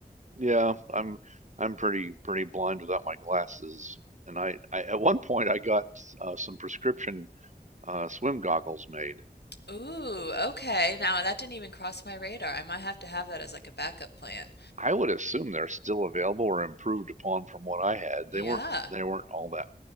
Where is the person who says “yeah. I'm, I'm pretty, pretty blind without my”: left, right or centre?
Right